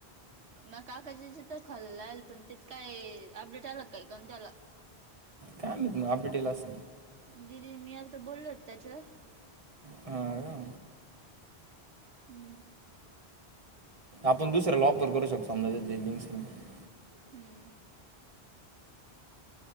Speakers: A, on the right; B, on the right.
A: म काकाच्या याच्यात त खोलला लगलं पण तेत काय अपडेट आला काय कण त्याला.
B: काय लीत मग अपडेट येईल अस
A: दिदी न मी एगदा बोल्लो होत त्याच्यावर.
B: हा का.
A: हूं!
B: आपण दुसऱ्याला ऑफर करू शकतो ना त्याच्या तली <unintelligible>
A: हूं!